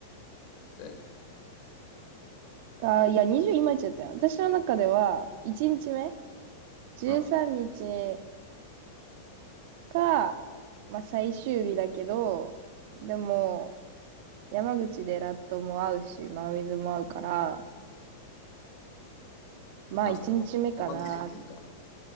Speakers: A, on the left (about 55°); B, on the right (about 55°).
A: ー、そうやで。
B: あー、いや、20今言っちゃったよ。私の中では、1日目、13日
A: うん。
B: か、まあ、最終日だけど、でも、山口でラットも会うし、真水も会うから、まあ、
A: あ、
B: 1日目かな。
A: そっか。山口行くんか。